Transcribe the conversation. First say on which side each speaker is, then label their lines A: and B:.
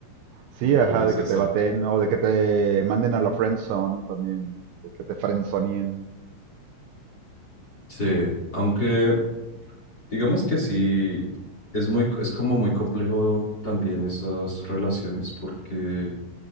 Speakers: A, on the right (about 80°); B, on the left (about 25°).
A: Sí,
B: Muy
A: ajá,
B: curioso
A: de que
B: eso.
A: te baten o de que te manden a la friendzone también, ¿no? de que te friendzoneen.
B: Sí, aunque digamos que sí, es muy, es como muy complejo también esas relaciones porque